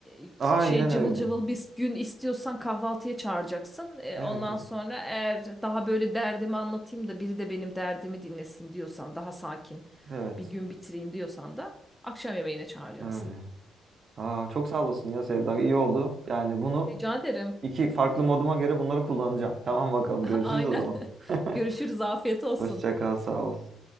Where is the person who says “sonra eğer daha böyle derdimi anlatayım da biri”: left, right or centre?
Centre